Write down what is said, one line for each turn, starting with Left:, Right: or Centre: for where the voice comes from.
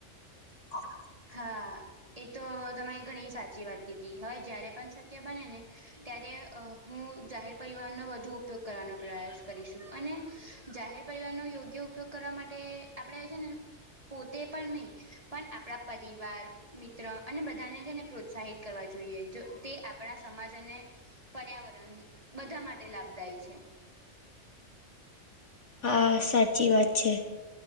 Left: <inaudible>
Right: હા, એ તો તમે ઘણી સાચી વાત કીધી. હવે જયારે પણ શક્ય બનેને ત્યારે હું જાહેર પરિવહનનો વધુ ઉપયોગ કરવાનો પ્રયાસ કરીશું અને જાહેર પરિવારનો યોગ્ય ઉપયોગ કરવા માટે આપણે છે ને પોતે પણ નઈ, પણ આપણા પરિવાર, મિત્ર અને બધાને છેને પ્રોત્સાહિત કરવા જોઈએ. જો તે આપણા સમાજ અને પર્યાવરણ બધા માટે લાભદાયી છે.
Left: હા, સાચી વાત છે.